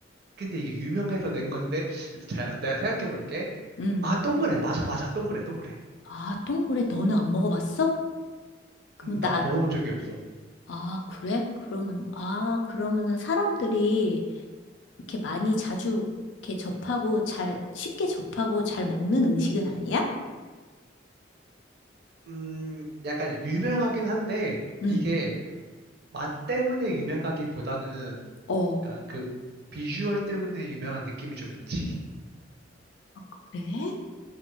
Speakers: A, on the right; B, on the left.
A: 근데 이게 유명해서 낸 건데, 자, 내가 생각해 볼게.
B: 음.
A: 아, 동그래. 맞아, 맞아. 동그래, 동그래.
B: 아, 동그래? 너는 안 먹어봤어? 그럼
A: 음,
B: 나,
A: 난 먹어본 적이 없어.
B: 아, 그래? 그러면, 아, 그러면은 사람들이 이렇게 많이 자주 이렇게 접하고 잘, 쉽게 접하고 잘 먹는 음식은 아니야?
A: 음, 약간 유명하긴 한데,
B: 응
A: 이게 맛 때문에 유명하기보다는,
B: 어.
A: 약간 그 비주얼 때문에 유명한 느낌이 좀 있지.
B: 그래?